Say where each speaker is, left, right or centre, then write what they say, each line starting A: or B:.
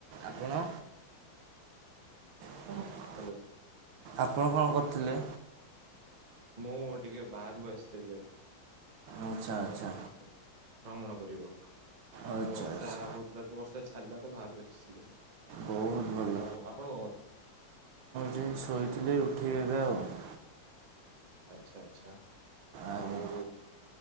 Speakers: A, on the right (about 75°); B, on the right (about 30°).
A: ଆପଣ? <inaudible>
B: ହ୍ୟାଲୋ।
A: ଆପଣ କଣ କରୁଥିଲେ?
B: ମୁଁ ଟିକେ ବାହାରକୁ ଆସିଥିଲି।
A: ଆଚ୍ଛା
B: ମାନେ
A: ଆଚ୍ଛା
B: ସେ ଭ୍ରମଣ କରିବ।
A: ଆଚ୍ଛା
B: ବର୍ଷା
A: ଆଚ୍ଛା
B: ହଉଥିଲା ତ, ବର୍ଷା ଛାଡିଲାରୁ ବାହାରକୁ ଆସିଲି।
A: ବହୁତ ଭଲ
B: ଆଉ ଆପଣ
A: ଟେଷ୍ଟ କରିଥିଲେ, ଉଠେଇ ଦେବେ ଆଉ କଣ?
B: ଆଚ୍ଛା, ଆଚ୍ଛା,
A: ଆଜ୍ଞା
B: ଆଉ